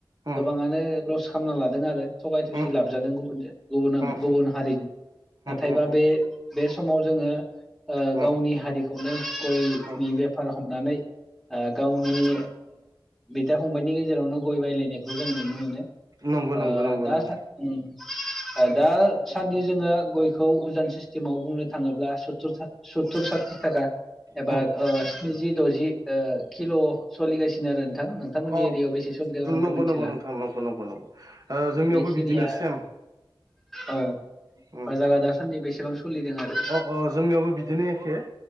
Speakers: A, on the right (about 45°); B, in the centre.
A: उम
B: गोबांङानो लस खालामना लादों आरो थगाय थसि
A: उम
B: लाबजादों गुबुनजों। गुबुन
A: उम
B: गुबुन हारिजों नाथायबा
A: उम उम
B: बे बे समाव जोंङो
A: उम
B: गावनि हारिखौ गयनि
A: उम
B: बेफार हमनानै गावनि बिदा फंबाइनि गेजेरावनो गय' बायलायनायखौ जों नुनो मोनो।
A: नंगौ नंगौ
B: ओं
A: नंगौ
B: दा
A: नंगौ उम
B: दासान्दि जोंङो गयखौ उजन सिस्टेमाव बुंनो थांङोब्ला सुत्तुर। सतुर सातिथाखा एबा
A: उम
B: स्निजि द'जि किल' सोलिगासिनो आरो नोंथां। नोंथांमोननि
A: अ
B: एरियायाव बेसे। आंथ'
A: नंगौ
B: मिथिला
A: नंगौ नोंथां नंगौ नंगौ नंगौ ओ जोंनियावबो
B: बेखिनिया
A: बिदिनो सेम
B: औ
A: उम
B: बाजारा दासान्दि बेसेबां सोलिदों आरो।
A: अ अ जोंनियावबो बिदिनो एखे